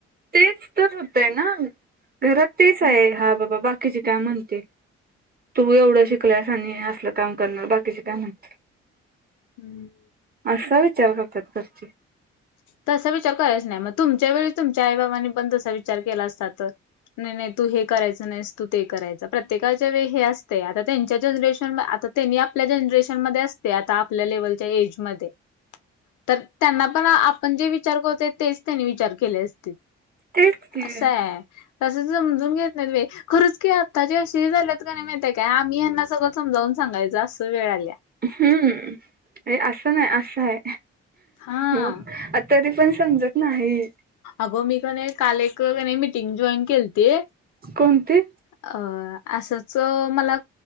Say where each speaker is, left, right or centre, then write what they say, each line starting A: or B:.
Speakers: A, on the right (about 30°); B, on the left (about 70°).
A: तेच तर होतय ना घरात तिचय
B: हम्म
A: हा बाबा बाकीची काय म्हणतील. तुम्ही एवढं शिकलीयास आणि हे असलं काम करणार बाकीचे काय म्हणतील.
B: हम्म.
A: असा विचार करतात घरची.
B: तसा विचार करायच नाही मग तुमच्या वेळीस तुमच्या आई बाबांनी पण तसा विचार केला असता तर. नाही नाही तू हे करायचं नाहीस तू ते करायचं प्रत्येकाच्या वेळी हे असतंय आता त्यांच्या जनरेशनला आता त्यांनी आपल्या जनरेशन मध्ये असतीय आता आपल्या लेवलच्या ऐजमध्ये ते तर त्यांना पण आप आपण जे विचार करतोय तेच त्यांनी विचार केले असतील
A: तेच की
B: असंय. तसं समजून घेत नाहीत बाई खरंच की आताच्या असे हे झाल्यात का नाही माहितय काय आम्ही यांना सगळं समजावून सांगायच अस्स वेळ आलीया.
A: हम्म हे अस्स नाही अस्स हाय
B: हां.
A: मग तरी पण समजत नाही.
B: अगं मी कनाय काल एक कनाय मीटिंग जॉईन केलती.
A: कोणती
B: अ असंच मला